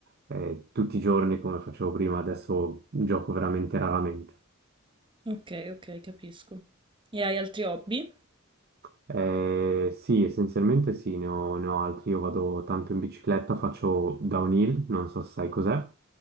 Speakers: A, on the right; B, on the right.
A: eh, tutti i giorni come facevo prima, adesso gioco veramente raramente.
B: Ok, ok, capisco. E hai altri hobby?
A: Eh, sì, essenzialmente sì, ne ho, ne ho altri. Io vado tanto in bicicletta, faccio downhill, non so se sai cos'è.